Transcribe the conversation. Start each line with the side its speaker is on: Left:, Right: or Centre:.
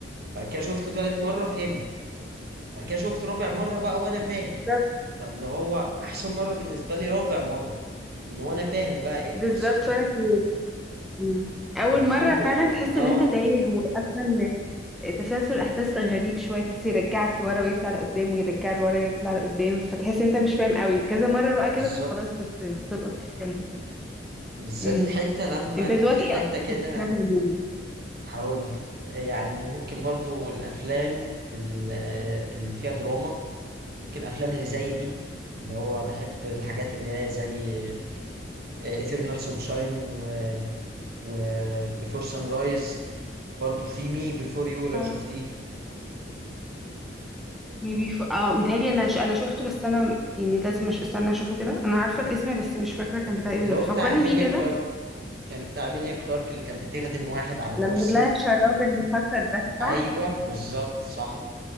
Right: بعد كده شفته تالت مرة فهمت بعد كده شفته رابع مرة بقى وأنا فاهم
Centre: بالظبط
Right: فاللي هو أحسن مرة بالنسبة لي رابع مرة ان هو انا فاهم بقى ايه
Centre: بالظبط
Right: القصه
Centre: وانا كمان مم. اول
Right: طب
Centre: مره
Right: حلو
Centre: فعلا
Right: يعني
Centre: تحس
Right: اه
Centre: ان انت تايه واصلا تسلسل الاحداث غريب شويه تحس يرجعك لورا ويطلع لقدام ويرجع لورا ويطلع لقدام فتحس إن انت مش فاهم قوي كذا مره بقى كده
Right: بالظبط
Centre: خلاص بت... بتلقط الفيلم
Right: بالذات
Centre: امم
Right: الحته لما
Centre: انت
Right: كان
Centre: ذوقك
Right: في حته
Centre: ايه
Right: كده
Centre: اصلا
Right: هقول لك. يعني ممكن برضو الافلام ال- اللي فيها دراما ممكن الافلام اللي زي دي اللي هو بحب الحاجات اللي هي زي آه، Eternal Sunshine و, و Before Sunrise برضو في مي Before You لو
Centre: اه
Right: شفتيه
Centre: ميبي ف... اه متهيألي انا ش... انا شفته بس انا يعني لازم أش... استنى اشوفه كده انا عارفه الاسم بس مش فاكره كان بتاع ايه بالظبط
Right: اللي هو
Centre: فكرني
Right: بتاع إيميليا
Centre: بيه كده
Right: كلارك كان بتاع إيميليا كلارك اللي كانت بتخدم واحد على
Centre: لما
Right: كرسي
Centre: لها الشراب المفسد ده
Right: أيوه
Centre: صح
Right: بالظبط صح